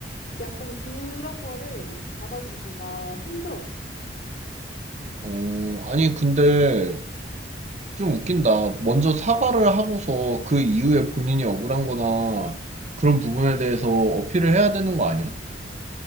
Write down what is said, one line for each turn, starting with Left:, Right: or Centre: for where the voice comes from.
Left: 약간 그런 거를 받아주기가 힘들었어.
Right: 어, 아니, 근데 좀 웃긴다. 먼저 사과를 하고서 그 이후에 본인이 억울한 거나 그런 부분에 대해서 어필을 해야 되는 거 아니야?